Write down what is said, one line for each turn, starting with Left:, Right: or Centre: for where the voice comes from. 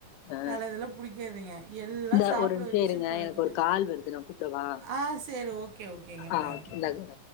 Left: ஆ.
Right: தல இதெல்லா புடிக்காதுங்க எல்லா
Left: இந்த
Right: சாப்ட
Left: ஒரு நிமிஷோ
Right: வச்சு
Left: இருங்க
Right: பழக்கிட்ட
Left: எனக்கு ஒரு கால் வருது நா கூப்டவா
Right: ஆ சேரி ஓகே ஓகேங்க
Left: ஆ
Right: பாருங்க
Left: ஓகே இந்தாங்க